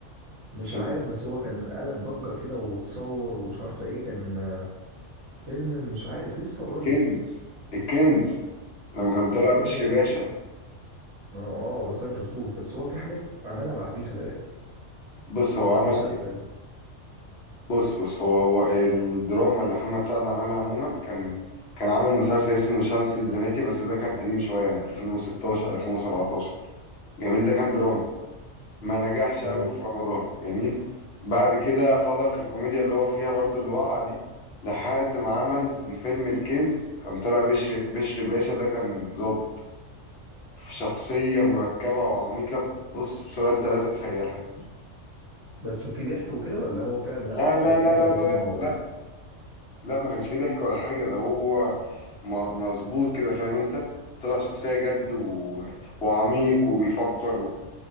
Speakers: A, on the right (about 70°); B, on the left (about 60°).
A: مش
B: فيلم
A: عارف بس هو كان قلب ضجة كده وتصور ومش عارفة ايه كان آه، فيلم مش عارف لسه قريب
B: الكنز الكنز لما كان طالع
A: الكنز
B: بشري
A: ده ما
B: باشا
A: شفتوش ما اه بس انا ما شفتوش بس هو في حاجات عملها بعديه خلي بالك
B: بص هو
A: او
B: عمل
A: مسلسل
B: ايه بص بص هو هو الدراما اللي محمد سعد عملها عموما كان كان عمل مسلسل اسمه شمس الزناتي بس ده كان قديم شويه يعني 2016 2017 جميل ده كان دراما ما نجحش
A: امم
B: قوي في رمضان جميل بعد كده فضل في الكوميديا اللي هو فيها برضو اللي وقع دي لحد ما عمل فيلم الكنز كان طالع بشري بشري باشا ده كان ظابط في شخصية مركبة وعميقة بص بسرعة انت لا تتخيلها
A: بس في ضحك وكده ولا هو فعلا لا
B: لا
A: اصل
B: لا
A: الحاجة
B: لا لا
A: دراما
B: لا لا لا لا ما كانش فيه ضحك ولا حاجة ده هو م- مظبوط كده فاهم انت طلع شخصية جد و... وعميق وبيفكر و...